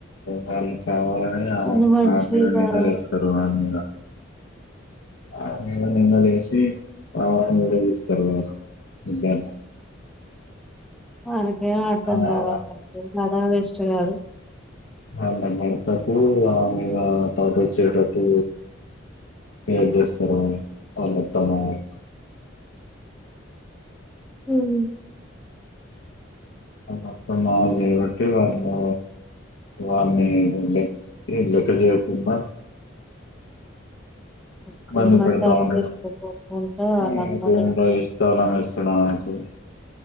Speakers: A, on the left (about 70°); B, in the centre.
A: వాళ్ళు. కావాలనే అ
B: వాని మనిషి
A: ఆమె మీద
B: బాగా
A: నిందలేస్తారు ఆమె మీద ఆమె మీద నిందలేషి, కావలని విడదీస్తారు గద అంటున్న ఇద్దర్ని.
B: అవును ఏం అర్థం
A: ఆ వా
B: గాదు అసల్ కి నర వేస్ట్ గారు
A: ఆమె భర్తకు ఆమే మీద టపొచ్చేటట్టు ఏడ్ చేస్తారు వాళ్ళు ఆళ్ళత్తమామళ్లు
B: ఊమ్
A: అమ్మకు అత్తమామలు జేబట్టి వానీకో వాన్ని ఈడ్ లెక్క జేయకున్నా ఇబ్బంది
B: శ్రీమంతానం
A: పెడతా ఉంటడు,
B: తీసుకోపోకుండా వాళ్ళ
A: ఉ
B: అమ్మోళ్ళ
A: ఒక రూమ్
B: ఇంటి
A: ల దీసి తాళం ఏస్తడామెకు.